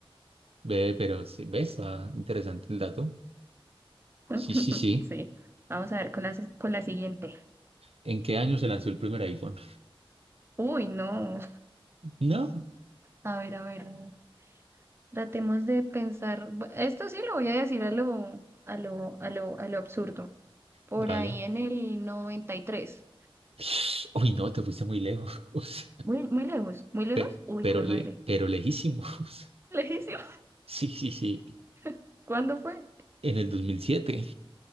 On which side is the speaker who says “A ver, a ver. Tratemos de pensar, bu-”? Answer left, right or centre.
Right